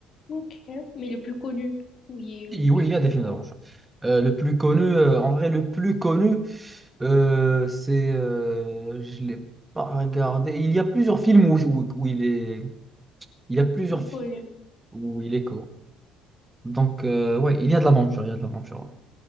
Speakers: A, on the left; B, on the right.
A: ok. Mais le plus connu, où il,
B: Oui,
A: où
B: oui,
A: il
B: il y a des
A: joue.
B: films d'aventure.
A: en fait.
B: Euh, le plus connu, euh, en vrai, le plus connu, euh, c'est. euh, je l'ai pas regardé. Il y a plusieurs films où, où, où il est. Il y a plusieurs
A: Il
B: fi-
A: est connu.
B: où il est. Donc, euh, ouais, il y a de l'aventure, il y a de l'aventure. ouais.